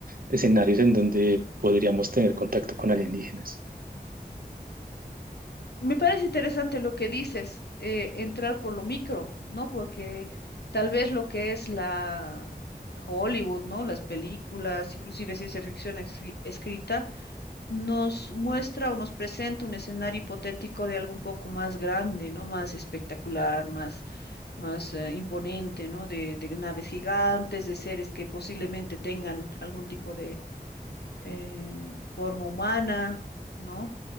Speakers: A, on the right; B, on the left.
A: escenarios en donde podríamos tener contacto con alienígenas.
B: Me parece interesante lo que dices, eh, entrar por lo micro, ¿no? Porque tal vez lo que es la Hollywood, ¿no? Las películas, inclusive ciencia ficción escri- escrita, nos muestra o nos presenta un escenario hipotético de algo un poco más grande, ¿no? Más espectacular, más, más eh, imponente, ¿no? De, de naves gigantes, de seres que posiblemente tengan algún tipo de eh, forma humana, ¿no?